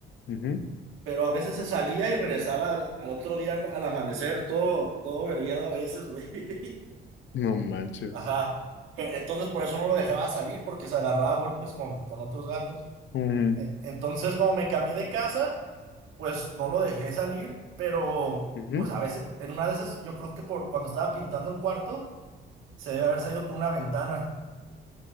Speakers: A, on the left (about 70°); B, on the right (about 85°).
A: ujú.
B: Pero a veces se salía y regresaba al, al otro día al, al amanecer, todo, todo vergueado a veces, güey. <laughs>
A: No manches.
B: Ajá. Pe- Entonces por eso no lo dejaba salir porque se agarraba a golpes con, con otros gatos.
A: Ujú,
B: E- Entonces, como me cambié de casa, pues no lo dejé salir, pero
A: ujú.
B: pues a veces, en una de esas, yo creo que por cuando estaba pintando el cuarto, se debe haber salido por una ventana.